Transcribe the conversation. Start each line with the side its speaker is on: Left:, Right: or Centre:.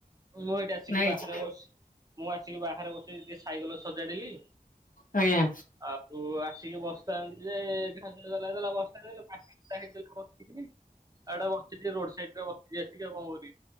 Right: ମୁଁ ଏଇଠି ଆସିକି
Left: ନାଇଁ
Right: ବାହାରେ
Left: ଆଜ୍ଞା
Right: ବସି ମୁଁ ଆସିକି ବାହାରେ ବସିକି ଟିକେ ସାଇକଲ ସଜାଡ଼ିଲି।
Left: ଆଜ୍ଞା।
Right: ଆଉ ଆସିକି ବସିଥାନ୍ତି ଯେ ଘାଲା ବସିଥା ହେଇ ଏଡା ବସିଛି ରୋଡ ସାଇଡ ରେ ବସିଛି ଆସିକି କଣ କରିବି?